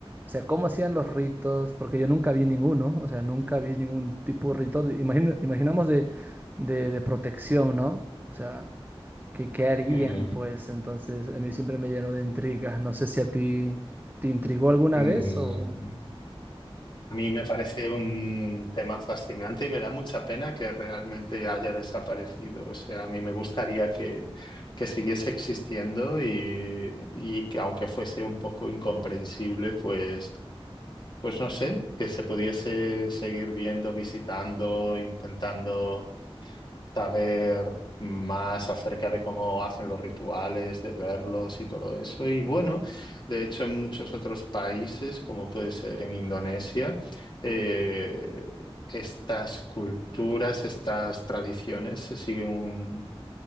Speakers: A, on the right (about 20°); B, on the left (about 50°).
A: sea, cómo hacían los ritos, porque yo nunca vi ninguno, o sea, nunca vi ningún tipo de rito, de- imagina- imaginamos de, de, de protección, ¿no? O sea, ¿qué, qué harían?
B: mm,
A: Pues entonces a mí siempre me llenó de intrigas. No sé si a ti te intrigó alguna
B: mm.
A: vez o...
B: A mí me parece un tema fascinante y me da mucha pena que realmente haya desaparecido. O sea, a mí me gustaría que, que siguiese existiendo y, y que aunque fuese un poco incomprensible, pues, pues no sé, que se pudiese seguir viendo, visitando, intentando saber más acerca de cómo hacen los rituales, de verlos y todo eso. Y bueno, de hecho en muchos otros países, como puede ser en Indonesia, eh, estas culturas, estas tradiciones se siguen, un-